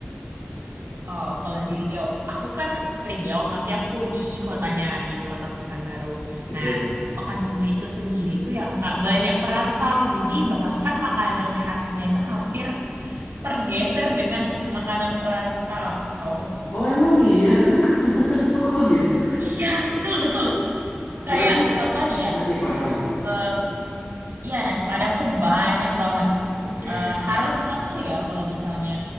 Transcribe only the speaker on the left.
Betul.
Oh, emang iya? Emang <laughs> soko gitu?
Berarti
nasi Padang.
Oke.